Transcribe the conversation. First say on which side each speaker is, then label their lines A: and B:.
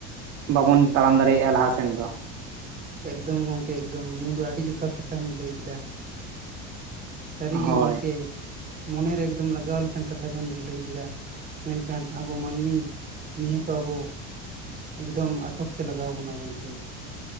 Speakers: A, on the right (about 55°); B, on the right (about 25°).
A: ᱵᱟᱵᱚᱱ ᱛᱟᱲᱟᱢ ᱫᱟᱲᱮᱭᱟᱜᱼᱟ ᱞᱟᱦᱟᱥᱮᱱ ᱫᱚ,
B: ᱮᱠᱫᱚᱢ ᱜᱚᱢᱠᱮ ᱮᱠᱫᱚᱢ ᱱᱤᱭᱟᱹ ᱫᱚ ᱟᱹᱰᱤ ᱡᱚᱛᱷᱟᱛ ᱠᱟᱛᱷᱟᱢ ᱵᱤᱱ ᱞᱟᱹᱭ ᱠᱮᱫᱟ, ᱥᱟᱹᱨᱤᱜᱮ
A: ᱦᱳᱭ
B: ᱜᱚᱝᱠᱮ ᱢᱚᱱᱮᱨᱮ ᱮᱠᱫᱚᱢ ᱞᱟᱜᱟᱣ ᱞᱮᱠᱟᱱ ᱠᱟᱛᱷᱟ ᱵᱮᱱ ᱞᱟᱹᱭ ᱠᱮᱫᱟ, ᱢᱮᱱᱠᱷᱟᱱ ᱟᱵᱚ ᱢᱟᱹᱱᱢᱤ ᱱᱤᱭᱟᱹ ᱠᱚ ᱟᱵᱚ, ᱮᱠᱫᱚᱢ ᱟᱴᱚᱠ ᱛᱮ ᱞᱟᱜᱟᱣ ᱵᱚᱱᱟ ᱜᱚᱝᱠᱮ,